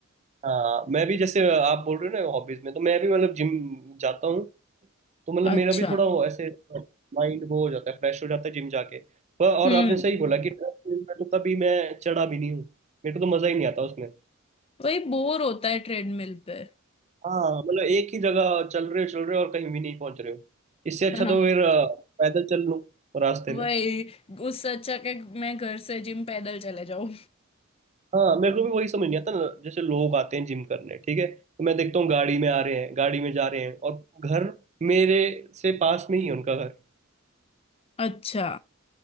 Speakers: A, on the right; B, on the left.
A: हाँ मैं भी जैसे आप बोल रहे हो ना हॉबीज में तो मैं भी मतलब जिम जाता हूँ तो मतलब
B: अच्छा
A: मेरा भी थोड़ा वो ऐसे माइंड वो हो जाता है फ्रेश हो जाता है जिम जाके पर और
B: हम्म
A: आपने सही बोला कि treadmill में तो कभी मैं चढ़ा भी नहीं हूँ मेरे को तो मजा ही नहीं आता उसमें
B: वही बोर होता है ट्रेडमिल पे
A: हाँ मतलब एक ही जगह चल रहे हो चल रहे हो और कहीं भी नहीं पहुंच रहे हो इससे अच्छा
B: हाँ
A: तो फिर अ, पैदल चल लूँ रास्ते
B: वही
A: में
B: उससे अच्छा कि मैं घर से जिम पैदल चले जाऊं
A: हाँ मेरे को भी वही समझ नहीं आता ना जैसे लोग आते हैं जिम करने ठीक है तो मैं देखता हूँ गाड़ी में आ रहे हैं गाड़ी में जा रहे हैं और घर मेरे से पास में ही है उनका घर
B: अच्छा